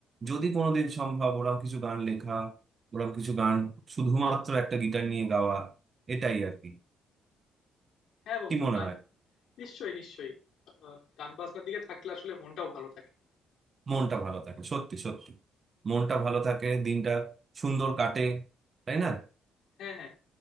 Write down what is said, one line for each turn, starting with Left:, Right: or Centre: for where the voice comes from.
Right: যদি কোনোদিন সম্ভব ওরকম কিছু গান লেখা ওরকম কিছু গান শুধুমাত্র একটা গিটার নিয়ে গাওয়া এটাই আর কি
Left: হ্যাঁ বন্ধু
Right: কি মনে
Left: গান
Right: হয়
Left: নিশ্চয়ই নিশ্চয়ই আহ, গান বাজনার দিকে থাকলে আসলে মনটাও ভালো থাকে
Right: মনটা ভালো থাকে সত্যি সত্যি মনটা ভালো থাকে দিনটা সুন্দর কাটে তাই না
Left: হ্যাঁ হ্যাঁ